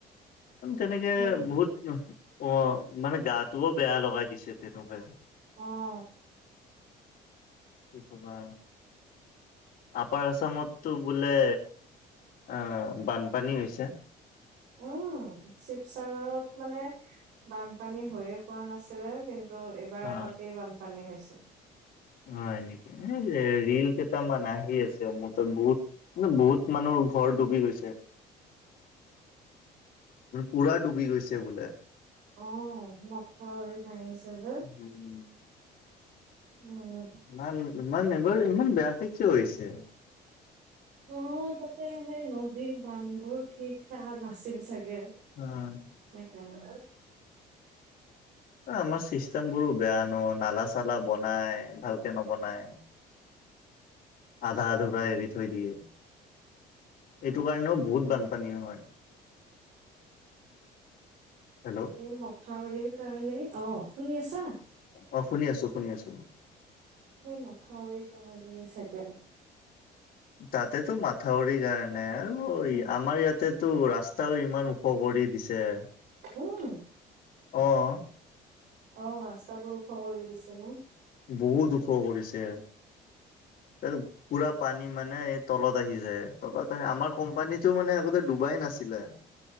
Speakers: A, on the left (about 60°); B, on the right (about 85°).
A: তেনেকে
B: সেইটোৱে
A: বহুত অ', মানে গাটোও বেয়া লগাই দিছে তেনেকুৱাই
B: অ',
A: কি কবা আপাৰ আছামতটো বোলে আ, বানপানী হৈছে
B: উম, শিৱসাগৰত মানে বানপানী হৈয়ে পোৱা নাছিলে কিন্তু এইবাৰ
A: অ
B: তাতেই বানপানী হৈছে
A: হয়, নেকি ৰিল কেইটামান আহি আছে মোৰ তাত বহুত বহুত মানুহৰ ঘৰ ডুবি গৈছে পুৰা ডুবি গৈছে বোলে
B: অ', মথাউৰি ভাঙিছে যে,
A: উম
B: উম,
A: ইমান-ইমান, এবাৰ ইমান বেয়া কিয় হৈছে?
B: নহয় তাতে সেই নদী বান্ধবোৰ ঠিক হে নাছিল চাগে
A: আ,
B: সেইকাৰণে
A: এ আমাৰ চিষ্টেমবোৰো বেয়া ন' নালা চালা বনায় ভালকে নবনায় আধা আধুৰা এৰি থৈ দিয়ে এইটো কাৰণেও বহুত বানপানী হয় হেল্ল'
B: এই, মথাউৰিৰ কাৰণেই অ, শুনি আছা?
A: অ শুনি আছো শুনি আছো
B: সেই মথাউৰি কাৰণেই চাগে
A: তাতেতো মাথাউৰি কাৰণে আৰু
B: উম,
A: আমাৰ ইয়াতে টো ৰাস্তাও ইমান ওখ কৰি দিছে
B: উম,
A: অ',
B: অ', ৰাস্তা বোৰ ওখ কৰি দিছে ন
A: বহুত ওখ কৰিছে পুৰা পানী মানে এই তলত আহি যায় তলত আহ আমাৰ কোম্পানীটো মানে আগতে ডুবাই নাছিলে <inaudible>